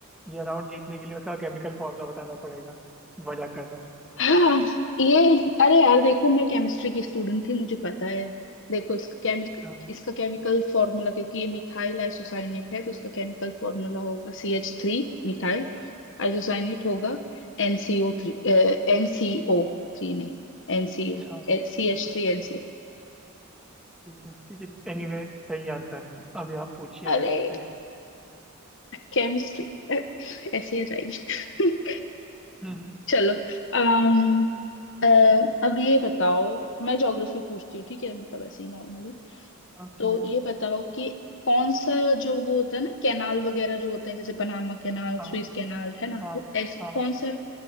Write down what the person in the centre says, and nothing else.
ये राउंड जीतने के लिए उसका केमिकल फॉर्मूला बताना पड़ेगा वजह कर रहा हूँ
अच्छा
अच्छा, ठीक
है ठीक
है
ठीक है ठीक है एनीवे सही आंसर है अभी आप पूछिए
मेरे से
हम्म
ओके
हाँ
हाँ
हाँ